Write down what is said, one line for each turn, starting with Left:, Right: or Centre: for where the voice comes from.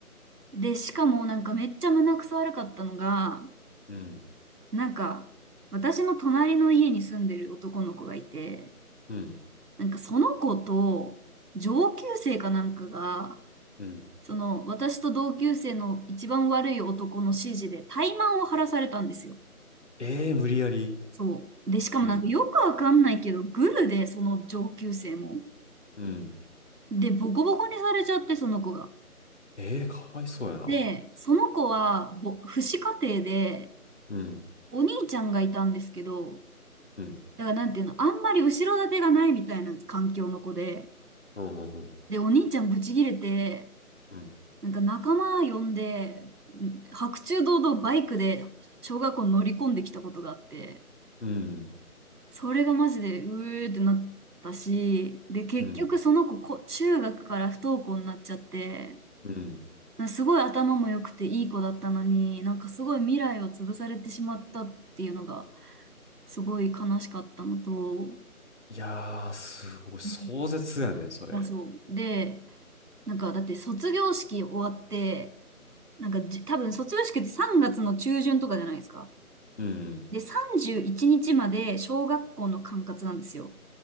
Right: で、しかもなんかめっちゃ胸くそ悪かったのが、
Left: うん。
Right: なんか私の隣の家に住んでる男の子がいて、
Left: うん。
Right: なんかその子と上級生かなんかが、
Left: うん。
Right: その私と同級生の一番悪い男の指示で怠慢を晴らされたんですよ。
Left: ええ無理やり。
Right: そう。で、しかもなんかよくわかんないけど、
Left: うん。
Right: グルで、その上級生も。
Left: うん。
Right: で、ボコボコにされちゃって、その子が。
Left: ええかわいそうやな。
Right: で、その子は、ぼ、父子家庭で、
Left: うん。
Right: お兄ちゃんがいたんですけど、
Left: うん。
Right: だからなんていうの、あんまり後ろ盾がないみたいな環境の子で、
Left: うん。うん。
Right: で、お兄ちゃんブチギレて、
Left: うん。
Right: なんか仲間呼んで、ん白昼堂々バイクで小学校に乗り込んできたことがあって、
Left: うん、
Right: それがマジで、うーってなったし、で、結局その子、
Left: うん、
Right: こ、中学から不登校になっちゃって、
Left: うん。
Right: なんかすごい頭も良くていい子だったのに、なんかすごい未来を潰されてしまったっていうのが、すごい悲しかったのと、
Left: いやー、すごい、壮絶やね、
Right: うん
Left: それ。
Right: あ、そう。で、なんかだって卒業式終わって、なんかじ、多分卒業式って3月の中旬とかじゃないですか。
Left: うん、
Right: で、31日まで小学校の管轄なんですよ。